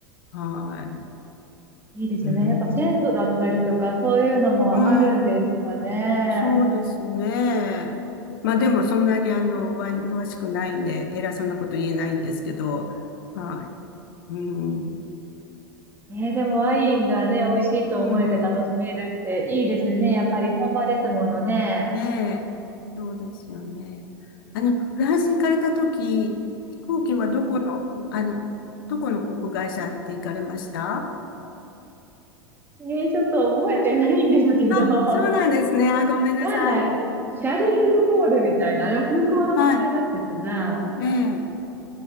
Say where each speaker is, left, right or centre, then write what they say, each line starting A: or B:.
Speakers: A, on the left (about 65°); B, on the right (about 15°).
A: はい。
B: いいですね。
A: うん。
B: やっぱ鮮度だったりとか、そういうのもあるんですかね。
A: うん。そうですね。まあでもそんなにあの、ワイン詳しくないんで、偉そうなこと言えないんですけど、はい。うん。
B: えー、でもワインがね、美味しいと思えて楽しめるっていいですね。
A: うん。
B: やっぱり本場ですものね。
A: ねえ、そうですよね。あの、フランス行かれたとき、飛行機はどこの、あの、どこの航空会社で行かれました
B: えー、ちょっと覚えてないんですけど、
A: あ、
B: <laughs> な
A: そうなんですね。あ、ごめんなさい。
B: んだ、シャルル・ド・ゴールみたいな、あ空港の名前だったかな。
A: はい。ええ。